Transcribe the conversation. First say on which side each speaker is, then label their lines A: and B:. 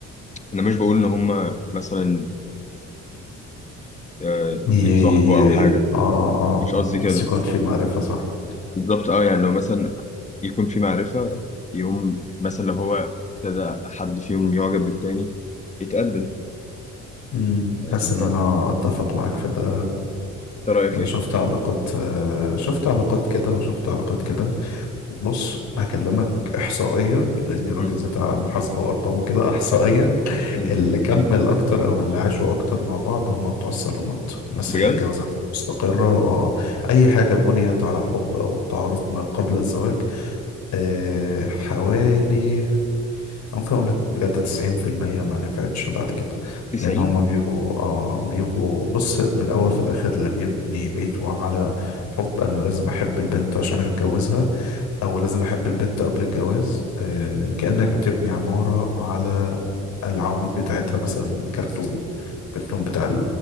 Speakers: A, on the left; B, on the left.
A: أنا مش بقول إن هما مثلا آه،
B: يي-
A: يتصاحبوا أو حاجة
B: اه اه
A: مش قصدي كده
B: بس يكون في معرفة صح
A: بالظبط اه يعني لو مثلا يكون في معرفة يقوم مثلا لو هو ابتدى حد فيهم يعجب بالتاني يتقدم
B: امم
A: آه،
B: حاسس
A: انت
B: ان
A: إنت
B: انا اتفق معاك في ده
A: رأيك
B: انا
A: ايه؟
B: شفت علاقات آه، شفت علاقات كده وشفت علاقات كده بص هكلمك احصائيا لاني راجل
A: مم.
B: بتاع محاسبه وارقام وكده احصائيا
A: مم.
B: اللي كمل اكتر او اللي عاشوا اكتر مع بعض هم بتوع الصالونات الناس
A: بجد؟
B: اللي جوازاتهم مستقره اه اي حاجه بنيت على حب او تعارف ما قبل الزواج أه حوالي ممكن اقول لك بجد 90% ما نفعتش بعد كده
A: 90
B: لان هما بيبقوا آه بيبقوا بص من الاول في الاخر اللي بيبني بيته على حب انا لازم احب البنت عشان اتجوزها او لازم احب البنت قبل الجواز آه كأنك بتبني عمارة على العواميد بتاعتها مثلا كرتون كرتون بتاع ال...